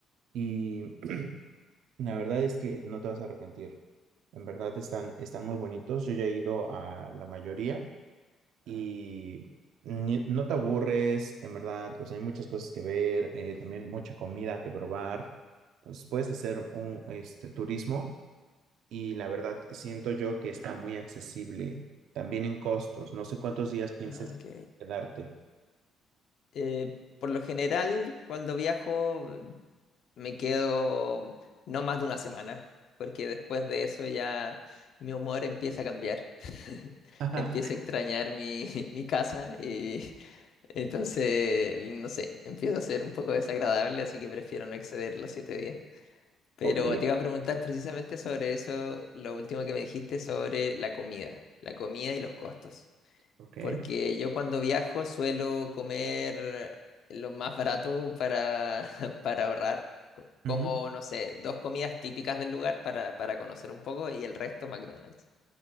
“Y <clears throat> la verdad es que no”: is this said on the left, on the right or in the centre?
Right